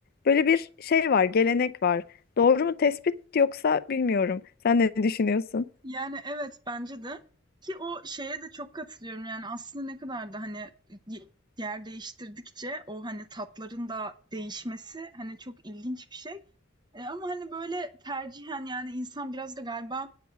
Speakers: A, on the left; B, on the right.
A: böyle bir şey var, gelenek var. Doğru mu tespit yoksa bilmiyorum. Sen ne düşünüyorsun?
B: Yani, evet, bence de ki o şeye de çok katılıyorum. Yani, aslında ne kadar da, hani, y yer değiştirdikçe o, hani, tatların da değişmesi, hani, çok ilginç bir şey. Eee, ama, hani, böyle tercihen, yani, insan biraz da galiba